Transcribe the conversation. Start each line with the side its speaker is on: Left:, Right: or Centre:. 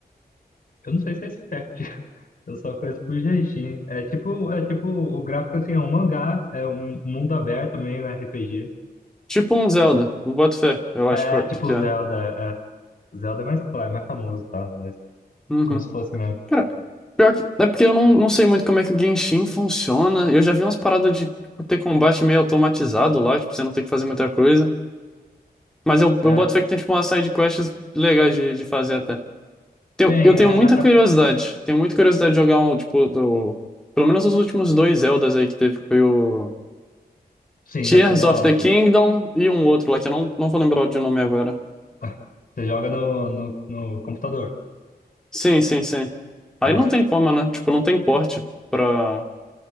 Left: Eu não sei se é esse pack. <laughs> Eu só conheço por Genshin. É tipo, é tipo, o gráfico assim, é um mangá, é um mundo aberto, meio RPG.
Centre: Tipo um Zelda, eu boto fé, eu
Left: É,
Centre: acho
Left: tipo
Centre: que que
Left: o Zelda,
Centre: é.
Left: é. Zelda é mais claro, mais famoso, tá? Mas
Centre: Uhum.
Left: É como se fosse mesmo.
Centre: Cara, pior que, é porque eu não, não sei muito como é que o Genshin funciona. Eu já vi umas paradas de tipo, ter combate meio automatizado lá, tipo, você não tem que fazer muita coisa. Mas eu,
Left: É,
Centre: eu boto fé que tem tipo umas side quests legais de, de fazer até. Eu,
Left: sim,
Centre: eu tenho
Left: é,
Centre: muita
Left: a-
Centre: curiosidade.
Left: a-
Centre: Tenho muita curiosidade de jogar um, tipo, do, pelo menos os últimos dois Zeldas aí que teve, que foi o
Left: sim,
Centre: Tears
Left: deve ser da
Centre: of
Left: hora,
Centre: the Kingdom
Left: pô.
Centre: e um outro lá, que eu não, não vou lembrar de nome agora.
Left: <laughs> Você joga no, no, no computador.
Centre: Sim, sim, sim. Aí
Left: É,
Centre: não tem como, né? Tipo, não tem porte pra.